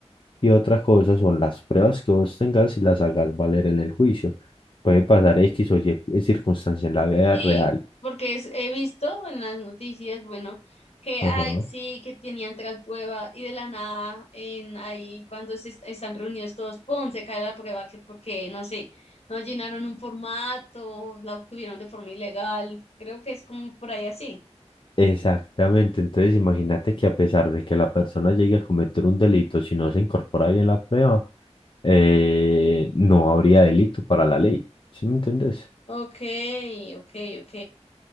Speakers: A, on the left (about 45°); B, on the left (about 60°).
A: y otra cosa son las pruebas que vos tengas y las hagas valer en el juicio. Puede pasar X o Y circunstancia en la vida
B: Sí,
A: real.
B: porque es- he visto en las noticias, bueno, que
A: Ajá.
B: ay, sí, que tenían tal prueba y de la nada, en ahí cuando se est- están reunidos todos, ¡pum! se cae la prueba que porque, no sé, no llenaron un formato, la obtuvieron de forma ilegal. Creo que es como por ahí así.
A: Exactamente, entonces imagínate que a pesar de que la persona llegue a cometer un delito, si no se incorpora bien la prueba, eh, no habría delito para la ley, ¿sí me entendés?
B: Ok, ok, ok.